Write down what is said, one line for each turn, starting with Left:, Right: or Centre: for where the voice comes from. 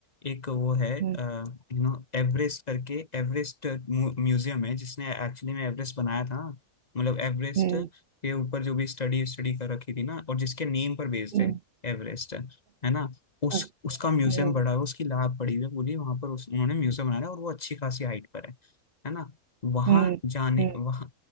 Left: एक वो है यू
Right: हम्म
Left: नो एवरेस्ट करके एवरेस्ट म्यूजियम है जिसने एक्चुअली में एवरेस्ट बनाया था मतलब एवरेस्ट
Right: हम्म
Left: के ऊपर जो भी स्टडी स्टडी कर रखी थी ना और जिसके नेम पर बेस्ड
Right: हम्म
Left: है एवरेस्ट है ना उस
Right: अच्छा,
Left: उसका म्यूजियम
Right: हम्म
Left: बड़ा है उसकी लैब पड़ी हुई है पूरी वहां पर उस उन्होंने म्यूजियम बनाया है और वो अच्छी खासी हाइट पर है है ना वहां
Right: हम्म
Left: जाने
Right: हम्म
Left: वहां